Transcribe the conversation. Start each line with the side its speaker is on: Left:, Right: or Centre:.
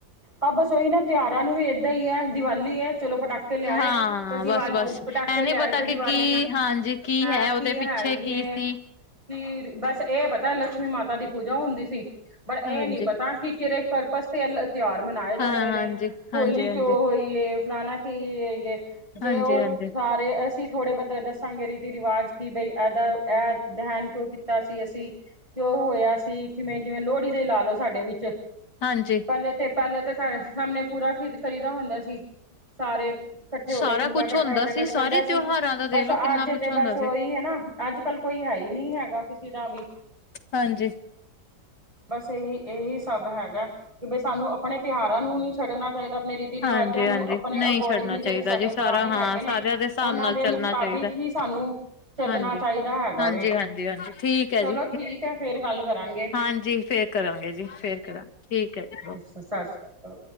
Right: ਹਾਂ ਬਸ ਉਹੀ ਨਾ ਤਿਉਹਾਰਾਂ ਨੂੰ ਵੀ ਏਦਾਂ ਹੀ ਹੈ ਦੀਵਾਲੀ ਹੈ ਚਲੋ ਪਟਾਕੇ ਕੇ ਲਿਆਏ
Left: ਹਾਂ
Right: ਤੇ ਦੀਵਾਲੀ
Left: ਬਸ-ਬਸ
Right: ਪਟਾਕੇ
Left: ਐ ਨੀ
Right: ਲਿਆਏ
Left: ਪਤਾ
Right: ਤੇ ਦੀਵਾਲੀ
Left: ਕਿ ਕੀ
Right: ਮਨਾ
Left: ਹਾਂਜੀ ਕੀ
Right: ਹਾਂ
Left: ਹੈ ਉਹਦੇ
Right: ਕੀ
Left: ਪਿੱਛੇ
Right: ਹੈਗੀ
Left: ਕੀ
Right: ਏ
Left: ਸੀ
Right: ਕੀ ਬਸ ਇਹ ਪਤਾ ਲਕਸ਼ਮੀ ਮਾਤਾ ਦੀ ਪੂਜਾ ਹੁੰਦੀ ਸੀ, ਪਰ ਇਹ
Left: ਹਾਂਜੀ
Right: ਨੀ ਪਤਾ ਕਿ ਕਿਹੜੇ ਪਰਪਜ਼ ਤੇ ਤਿਉਹਾਰ ਮਨਾਏ ਜਾਂਦੇ
Left: ਹਾਂ
Right: ਨੇ,
Left: ਹਾਂਜੀ,
Right: ਹੋਲੀ
Left: ਹਾਂਜੀ-ਹਾਂਜੀ,
Right: ਕਿਉਂ ਹੋਈ। ਕੇ ਫਲਾਨ ਕੀਏ ਜੇ
Left: ਹਾਂਜੀ-ਹਾਂਜੀ,
Right: ਉਹ ਸਾਰੇ ਅਸੀਂ। ਥੋੜ੍ਹੇ ਬਹੁਤਾ ਦੱਸਾਂਗੇ ਰੀਤੀ ਰਿਵਾਜ ਕਿ ਬਈ ਇਹਦਾ ਇਹ ਦਹਿਣ ਕਿਉਂ ਕੀਤਾ ਸੀ ਅਸੀਂ। ਕਿਉ ਹੋਇਆ ਸੀ ਕਿਵੇਂ ਜਿਵੇਂ ਲੋਹੜੀ ਦਾ ਲਾ ਲਓ ਸਾਡੇ ਵਿੱਚ
Left: ਹਾਂਜੀ
Right: ਪਹਿਲੇ ਤੇ ਪਹਿਲੇ ਤੇ ਤੁਡੇ ਸਾਹਮਣੇ ਪੂਰਾ ਕਰੀਦਾ ਹੁੰਦਾ ਸੀ ਸਾਰੇ ਇਕੱਠੇ ਹੋ
Left: ਸਾਰਾ
Right: ਕੇ ਖੁੰਨਬਾ
Left: ਕੁਛ
Right: ਇਕੱਠਾ
Left: ਹੁੰਦਾ
Right: ਹੋ ਕੇ ਕ
Left: ਸੀ ਸਾਰੇ
Right: ਕਹਦਾ
Left: ਤਿਉਹਾਰਾਂ
Right: ਸੀ
Left: ਦਾ
Right: ਬਸ
Left: ਦੇਖਲੋ
Right: ਅੱਜ
Left: ਕਿੰਨਾ ਕੁਛ
Right: ਤੇ
Left: ਹੁੰਦਾ
Right: ਬਸ
Left: ਸੀ
Right: ਉਹੀ ਹੈ ਨਾ ਅੱਜ ਕੱਲ ਕੋਈ ਹੈ ਹੀ ਨਹੀਂ ਹੈਗਾ ਕਿਸੇ ਦਾ ਵੀ
Left: ਹਾਂਜੀ
Right: ਬਸ ਇਹੀ ਇਹੀ ਸਭ ਹੈਗਾ। ਕਿ ਬਸ ਸਾਨੂੰ ਆਪਣੇ ਤਿਉਹਾਰਾਂ ਨੂੰ ਨਹੀਂ ਛੱਡਣਾ ਚਾਹੀਦਾ ਆਪਣੇ ਰੀਤੀ ਰਿਵਾਜਾਂ
Left: ਹਾਂਜੀ-ਹਾਂਜੀ
Right: ਨੂੰ ਆਪਣੇ
Left: ਨਈ
Right: ਅਕੋਰਡਿੰਗਲੀ
Left: ਛੱਡਣਾ
Right: ਜਿਹੜੇ
Left: ਚਾਈਦਾ
Right: ਸਾਡੇ
Left: ਜੀ ਸਾਰਾ
Right: ਪੁਰਾਣੇ
Left: ਹਾਂ
Right: ਹੈਗੇ ਨੇ
Left: ਸਾਰਿਆਂ ਦੇ ਹਿਸਾਬ
Right: ਉਹਨਾਂ
Left: ਨਾਲ
Right: ਦੇ
Left: ਚੱਲਣਾ
Right: ਮੁਤਾਬਿਕ
Left: ਚਾਈਦਾ
Right: ਹੀ ਸਾਨੂੰ ਚੱਲਣਾ
Left: ਹਾਂਜੀ।
Right: ਚਾਹੀਦਾ ਹੈਗਾ
Left: ਹਾਂਜੀ-ਹਾਂਜੀ,
Right: ਵੇ,
Left: ਹਾਂਜੀ ਠੀਕ ਐ
Right: ਚਲੋ
Left: ਜੀ
Right: ਠੀਕ ਹੈ ਫੇਰ ਗੱਲ ਕਰਾਂਗੇ।
Left: ਹਾਂਜੀ ਫੇਰ ਕਰਾਂਗੇ ਜੀ ਫੇਰ ਕਰਾਂਗੇ ਠੀਕ ਹੈ ਜੀ।
Right: ਪ੍ਰਸ਼ਾਦ ਛਕੋ।